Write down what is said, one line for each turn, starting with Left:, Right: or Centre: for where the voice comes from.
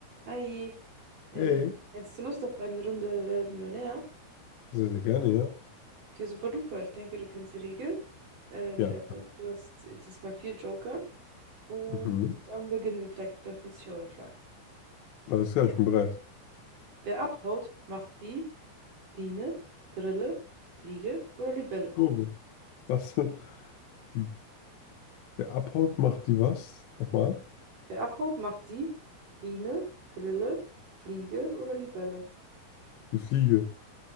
Right: Hi, äh,
Left: Hey,
Right: hättest du Lust auf eine Runde Wer wird Millionär?
Left: sehr, sehr gerne, ja.
Right: Okay, super duper. Ich denke, du kennst die Regeln. Äh,
Left: Ja,
Right: du hast diesmal vier Joker. Und
Left: mhm.
Right: dann beginnen wir direkt mit der fünfzig euro frage
Left: Alles klar, ich bin bereit.
Right: Wer abhaut, macht die Biene, Grille, Fliege oder Libelle.
Left: Grobe. Was? Die, wer abhaut, macht die was? Nochmal?
Right: Wer abhaut, macht die Biene, Grille, Fliege oder Libelle.
Left: Die Fliege.